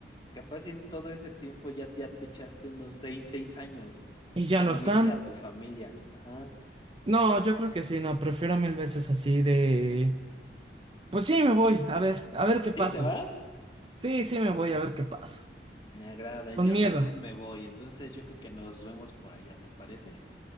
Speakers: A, on the left; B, on the right.
A: Capaz y en todo ese tiempo ya, ya te echaste unos seis, seis años
B: Y ya
A: que
B: no
A: no
B: están.
A: viste a tu familia. Ajá.
B: No, yo creo que sí, no, prefiero mil veces así de... Pues sí, me voy, a ver, a ver qué
A: ¿Sí,
B: pasa.
A: te vas?
B: Sí, sí, me voy, a ver qué pasa.
A: Me agrada.
B: Con
A: Yo
B: miedo,
A: también me voy. Entonces yo creo que nos vemos por allá, ¿te parece?